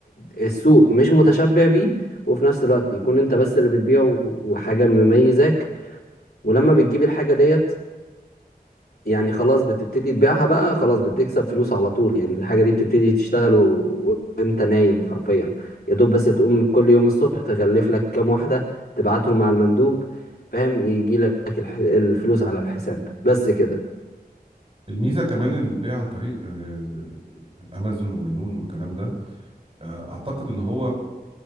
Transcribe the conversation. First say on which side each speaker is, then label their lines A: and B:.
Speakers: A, on the left (about 75°); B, on the right (about 35°).
A: السوق مش متشبع بيه وفي نفس الوقت يكون انت بس اللي بتبيعه وحاجة مميزاك ولما بتجيب الحاجة ديت يعني خلاص بتبتدي تبيعها بقى خلاص بتكسب فلوس على طول يعني الحاجة دي بتبتدي تشتغل و... وانت نايم حرفيا يا دوب بس تقوم كل يوم الصبح تغلف لك كام واحدة تبعتهم مع المندوب فاهم يجي لك الح... الفلوس على الحساب بس كده
B: الميزه كمان البيع عن طريق آه، امازون وينون والكلام ده آه، اعتقد ان هو